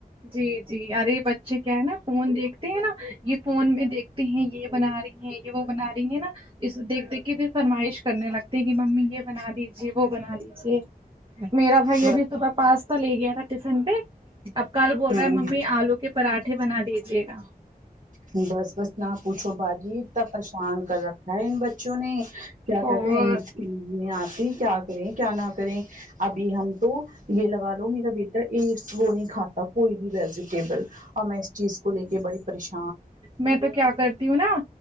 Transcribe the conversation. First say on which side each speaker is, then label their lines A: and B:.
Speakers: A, on the right; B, on the right.
A: جی جی ارے بچے کیا ہے نا فون دیکھتے ہیں نا یہ فون میں دیکھتے ہیں یہ بنا رہی ہیں یہ وہ بنا رہی ہیں نا اس دیکھ دیکھ کے پھر فرمائش کرنے لگتے کہ ممی یہ بنا لیجیے وہ بنا لیجے میرا بھائی
B: ب
A: اب پاستا لے گیا تھا ٹفن پہ اب کل بول
B: ہ
A: رہا ہے ممی آلو کے پراٹھے بنا دیجیے گا
B: بس بس نہ پوچھو باجی تا پریشان کر رکھا ہے ان بچوں نے کیا
A: اور
B: کہتے ہیں ان ان میں آتی کیا یں کیا نہ کریں ابھی ہم تو یہ لگا لو میرا بیٹا ایک وہ نہیں کھاتا اب کوئی بھی ویجیٹیبل اور میں اس چیز کو لے کے بڑی پریش
A: میں تو کیا کرتی ہوں نا